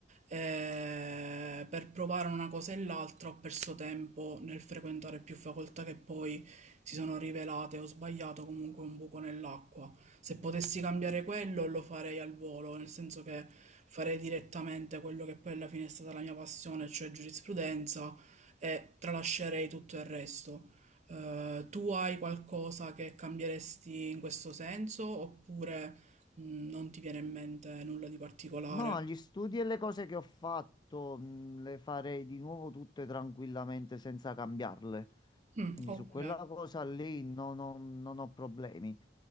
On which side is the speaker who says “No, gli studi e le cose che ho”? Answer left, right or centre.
Left